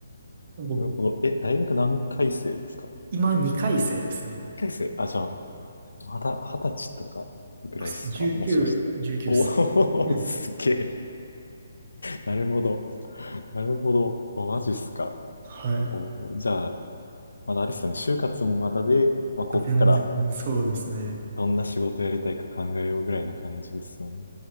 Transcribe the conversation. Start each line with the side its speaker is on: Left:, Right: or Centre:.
Right: <laughs> 僕、
Left: なるほど。え、大学何回生ですか何
Right: 今2回生ですね。
Left: 回生あ、じゃあ、まだ二十歳とかぐらいっすかもしかしたら。
Right: あ、そう19、1っす。
Left: お
Right: うん
Left: お、<laughs> すげえ。なるほど。なるほど。お、マジっすか。
Right: はい。
Left: おーじゃあ、まだあれですよね、就活もまだで、まあ、こっから
Right: 全然、そうですね。
Left: どんな仕事やりたいか考えようぐらいな感じですよね。